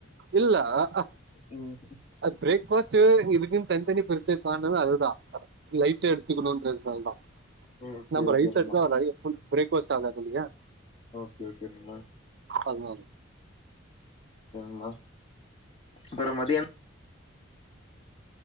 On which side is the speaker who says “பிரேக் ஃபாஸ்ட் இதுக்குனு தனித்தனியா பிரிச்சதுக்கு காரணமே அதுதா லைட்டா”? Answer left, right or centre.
Right